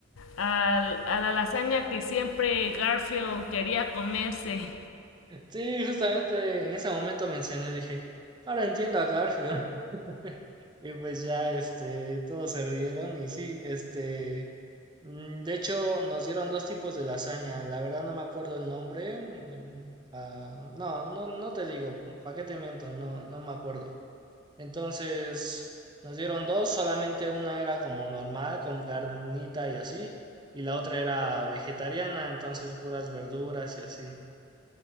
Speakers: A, on the left; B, on the right.
A: al- a la lasaña que siempre Garfield quería comerse.
B: Sí, justamente en ese momento mencioné, dije, ahora entiendo a Garfield. <laughs> Y pues ya este todos se rieron y sí, este Mm, De hecho, nos dieron dos tipos de lasaña. La verdad no me acuerdo el nombre. mm, ah, no, no, no te digo. ¿Para qué te miento? No, no me acuerdo. Entonces, nos dieron dos. Solamente una era como normal, con carnita y así. Y la otra era vegetariana, entonces puras verduras y así.